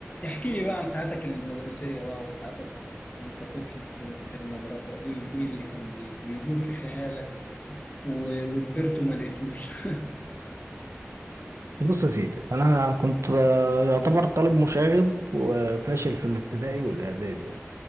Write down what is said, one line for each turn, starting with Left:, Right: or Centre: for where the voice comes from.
Left: احكي لي بقى عن حياتك المدرسية بقى وحياتك وانت طفل كنت في المدرسة ايه ايه اللي كان بي- بيدور في خيالك و- وكبرت وما لقيتوش <laughs>
Right: بص يا سيدي انا كنت آه، يعتبر طالب مشاغب وفاشل في الابتدائي والاعدادي يعني،